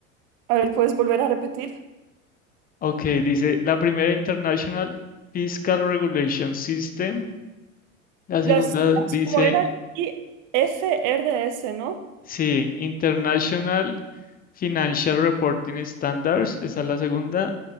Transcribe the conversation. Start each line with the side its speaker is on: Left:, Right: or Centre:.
Right: A ver, ¿puedes volver a repetir?
Left: Ok, dice la primera International Fiscal Regulation System, la
Right: Las
Left: segunda
Right: siglas,
Left: dice,
Right: ¿cómo eran? IFRS, ¿no?
Left: sí, International Financial Reporting Standards, esa es la segunda,